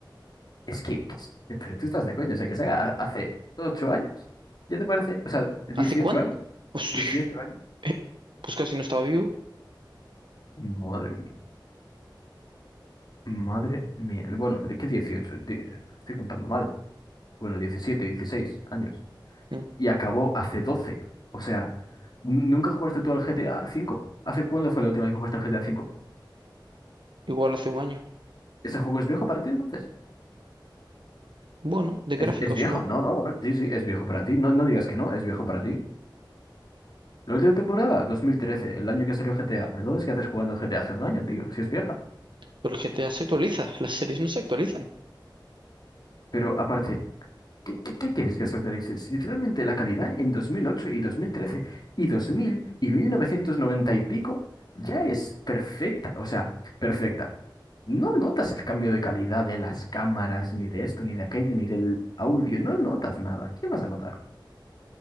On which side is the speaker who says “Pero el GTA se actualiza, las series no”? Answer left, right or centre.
Right